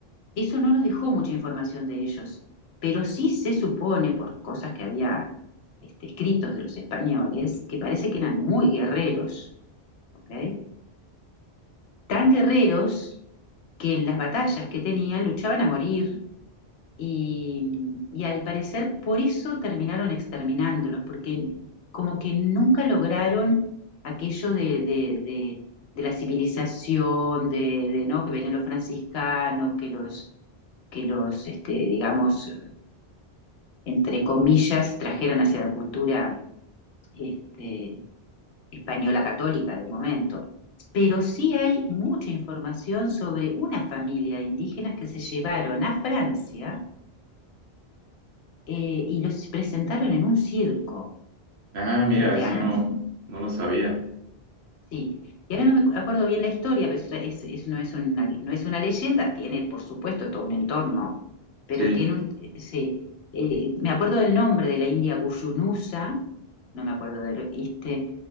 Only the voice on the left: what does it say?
eso no nos dejó mucha información de ellos, pero sí se supone por cosas que había este, escritos de los españoles que parece que eran muy guerreros, ¿ok? Tan guerreros que en las batallas que tenían luchaban a morir Y, y al parecer por eso terminaron exterminándolos, porque como que nunca lograron aquello de, de- de- de la civilización, de, de, ¿no? que venían los franciscanos, que los, que los este, digamos, entre comillas, trajeran hacia la cultura este, española católica del momento. Pero sí hay mucha información sobre una familia de indígenas que se llevaron a Francia eh, y los presentaron en un circo
durante
años.
Sí. Y ahora no me acuerdo bien la historia, pero es, es- es- no, es una, no es una leyenda, tiene por supuesto todo un entorno, pero
tiene un... Sí, Eh, me acuerdo del nombre de la india Gushunusa, no me acuerdo del, este,